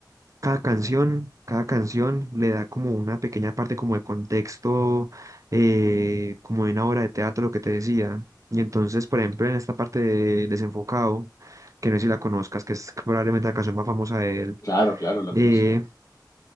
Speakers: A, on the right; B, on the left.
A: cada canción, cada canción le da como una pequeña parte como de contexto, eh, como de una obra de teatro, lo que te decía. Y entonces, por ejemplo, en esta parte de Desenfocado, que no sé si la conozcas, que es probablemente la canción más famosa de él,
B: Claro, claro, lo conozco.
A: eh,